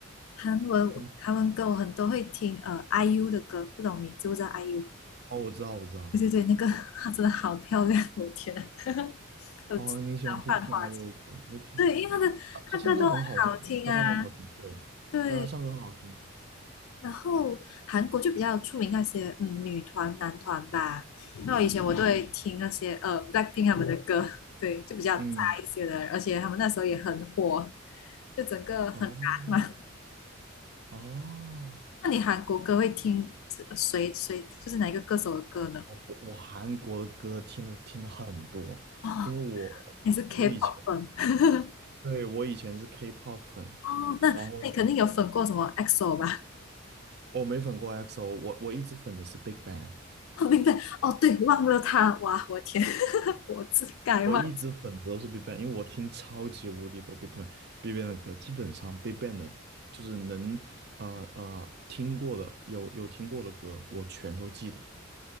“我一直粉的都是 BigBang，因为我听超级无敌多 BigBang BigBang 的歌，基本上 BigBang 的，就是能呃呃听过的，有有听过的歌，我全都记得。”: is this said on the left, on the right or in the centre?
Right